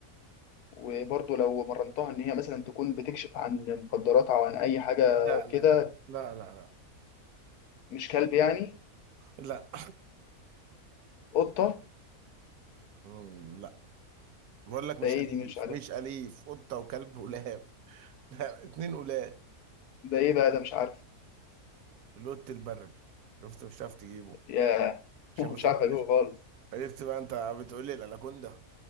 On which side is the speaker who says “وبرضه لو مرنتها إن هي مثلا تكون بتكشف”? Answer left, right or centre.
Left